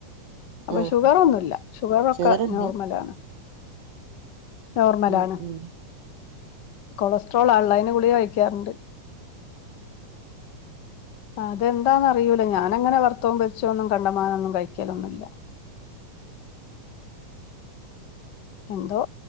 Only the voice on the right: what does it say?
ആഹ്
ഷുഗറുണ്ട്
ഉം ഉം
അം